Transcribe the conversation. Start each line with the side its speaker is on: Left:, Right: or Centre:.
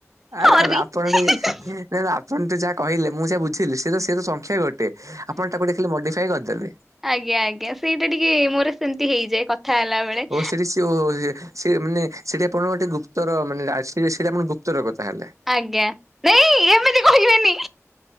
Right: ଆରେ
Centre: ସରି
Right: ଆରେ ଆପଣ ଟିକେ
Centre: ଆଜ୍ଞା
Right: ଆ ଆପଣ ତ ଯାହା କହିଲେ ମୁଁ ଯାହା ବୁଝିଲି ସେ ତ ସେ ତ ସଂଖ୍ୟା ଗୋଟେ ଆପଣ ତାକୁ ଦେଖିଲି ମଡିଫାଇ କରିଦେଲେ।
Centre: ଆଜ୍ଞା ଆଜ୍ଞା ସେଇଟା ଟିକେ ମୋର ସେମିତି ହେଇଯାଏ କଥା ହେଲା ବେଳେ
Right: ଓ ସେଠି ସି ମାନେ ସେଇଟି ଆପଣଙ୍କ ଗୋଟେ ଗୁପ୍ତର ମାନେ ସେଇଟା ଆପଣ ଗୁପ୍ତ ରୋଗ ତାହାଲେ
Centre: ଆଜ୍ଞା ନାଇଁ ଏମିତି କହିବେନି।